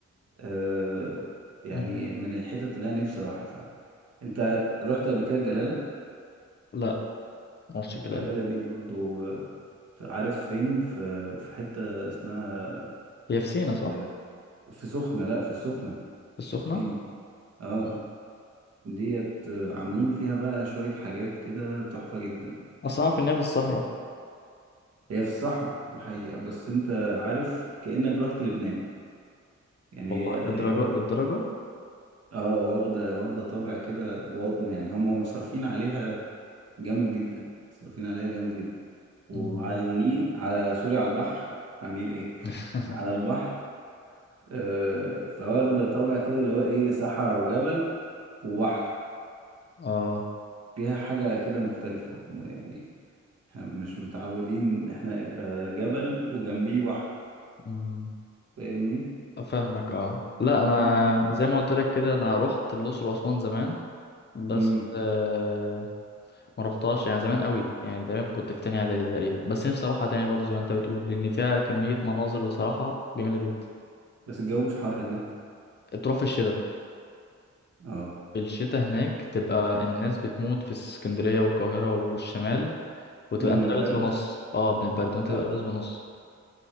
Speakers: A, on the right (about 55°); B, on the left (about 35°).
A: أه يعني
B: مم.
A: من الحتت اللي انا نفسي اروحها فعلا انت رحت قبل كده الجلاله
B: لا مرش
A: الجلاله
B: كده
A: دي برضو آه، في- عارف فين في في حته اسمها
B: هي في سينا صح
A: آه، في سخنه لا في السخنه
B: في السخنه
A: مش في سينا اه
B: مم.
A: ديت آه، عاملين فيها بقى شويه حاجات كده تحفه جدا
B: اصلا أعرف ان هي في الصحراء
A: هي في الصحراء دي حقيقة بس انت عارف كأنك رحت لبنان يعني
B: والله
A: هي هي
B: للدرجه للدرجه
A: اه واخدة واخدة طابع كده و- يعني هم مصرفين عليها جامد جدا مصرفين عليها جامد جدا وعلى
B: مم.
A: النيل على سوري على البحر على النيل ايه
B: <laughs>
A: على البحر آه فواخدة طابع كده اللي هو ايه صحراء وجبل وبحر
B: اه
A: فيها حاجة كده مختلفة يعني إحنا مش متعودين ان احنا يبقى جبل وجنبيه بحر
B: امم
A: فاهمني؟
B: فاهمك اه لا انا
A: مم.
B: زي ما قلت لك كده انا رحت الاقصر واسوان زمان بس
A: مم.
B: آه ما رحتهاش يعني زمان قوي يعني تقريبا كنت في تانية اعدادي تقريبا بس نفسي اروحها تاني برضو زي ما انت بتقول لان فيها كمية مناظر بصراحة جميلة جدا
A: بس الجو مش حر هناك
B: تروح في الشتاء
A: اه
B: في الشتاء هناك تبقى الناس بتموت في اسكندرية والقاهرة والشمال وتبقى
A: من
B: انت
A: البرد
B: لابس بنص اه من البرد وانت
A: اه
B: تبقى لابس بنص